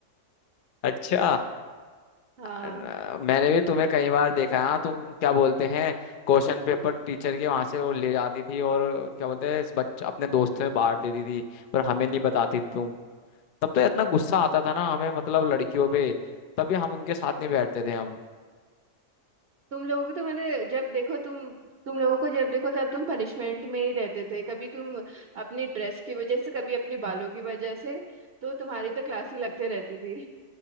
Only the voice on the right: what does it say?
हाँ
तुम लोगों को तो मैंने जब देखो तुम तुम लोगों को जब देखो तब तुम पनिशमेंट में ही रहते थे कभी तुम अपनी ड्रेस की वजह से कभी अपने बालों की वजह से तो तुम्हारी तो क्लास ही लगते रहती थी